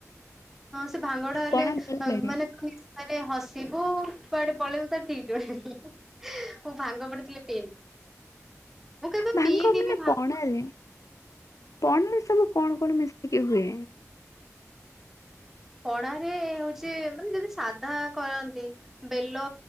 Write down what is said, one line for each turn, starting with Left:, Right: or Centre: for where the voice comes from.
Centre: ହଁ ସେ ଭାଙ୍ଗଡା ହେଲେ
Left: ପଣା ଭଲ ଲାଗେ
Centre: ମାନେ ନିଶାରେ ହସିବୁ କୁଆଡେ ପଳେଇବୁ ତା ଠିକ ନା ମୁଁ ଭାଙ୍ଗ ପଡିଥିଲେ ପିଏନି। ମୁଁ କେବେ
Left: ଭାଙ୍ଗ
Centre: ପିଇନି
Left: ମାନେ
Centre: ଭାନ
Left: ପଣାରେ ପଣାରେ ସବୁ କଣ କଣ ମିଶିକି ହୁଏ?
Centre: ପଣାରେ ହଉଛି ମାନେ ଯଦି ସାଧା କରନ୍ତି ବେଲ